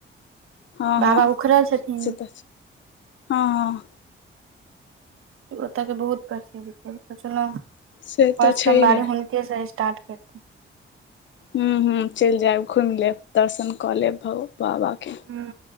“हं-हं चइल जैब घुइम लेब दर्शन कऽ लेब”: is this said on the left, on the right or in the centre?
Left